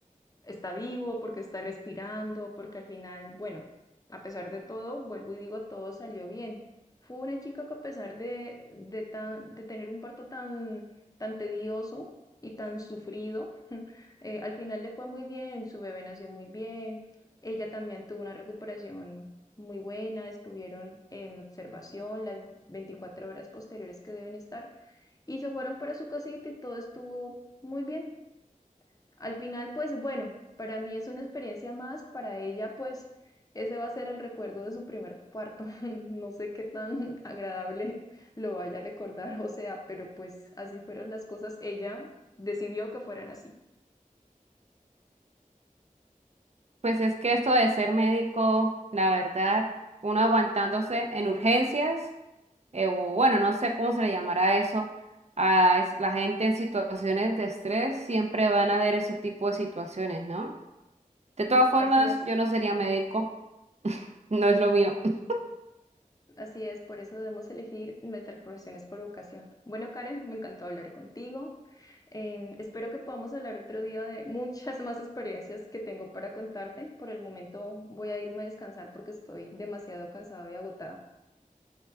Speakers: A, on the left; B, on the right.
A: está vivo, porque está respirando, porque al final, bueno, a pesar de todo, vuelvo y digo, todo salió bien. Fue una chica que a pesar de, de, tan- de tener un parto tan, tan tedioso y tan sufrido, <laughs> eh, al final le fue muy bien, su bebé nació muy bien, ella también tuvo una recuperación muy buena, estuvieron en observación las 24 horas posteriores que deben estar y se fueron para su casita y todo estuvo muy bien. Al final, pues bueno, para mí es una experiencia más, para ella pues ese va a ser el recuerdo de su primer parto. <laughs> No sé qué tan agradable lo vaya a recordar, o sea, pero pues así fueron las cosas. Ella decidió que fueran así.
B: Pues es que esto de ser médico, la verdad, uno aguantándose en urgencias. eh, o bueno, no sé cómo se le llamará eso, a es- la gente en situaciones de estrés, siempre van a haber ese tipo de situaciones, ¿no? De todas formas,
A: Así es,
B: yo no sería médico, <laughs> no es lo mío. <laughs>
A: así es, por eso debemos elegir nuestras profesiones por vocación. Bueno, Karen, me encantó hablar contigo. Eh, espero que podamos hablar otro día de muchas más experiencias que tengo para contarte. Por el momento voy a irme a descansar porque estoy demasiado cansado y agotado.